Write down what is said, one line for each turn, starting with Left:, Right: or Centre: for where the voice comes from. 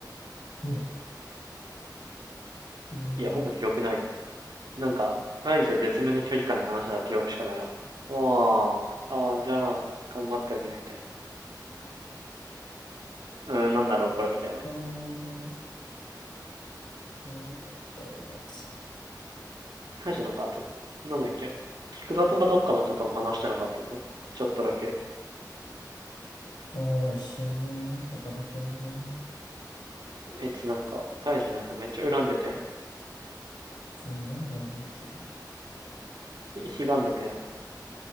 Left: いえ、全然、
Right: いや、ほぼ記憶ない。
Left: あっ
Right: なんか、大事と絶妙な距離感で話してた記憶しかないわ。ああ、ああ、じゃあ、頑張ってね、みたいな。うーん、なんだろう、これ、みたいな。
Left: たなまずかったよ、ガチ。
Right: 大事なんか、あと、なんだっけ菊座とかどっかの人とも話してなかったとちょっとだけ。
Left: ああ、一瞬ね、高田くんね。
Right: あいつなんか、大事なんかめっちゃ恨んでたやん。
Left: 別に恨んではないけど。
Right: ひ悲願でたやん。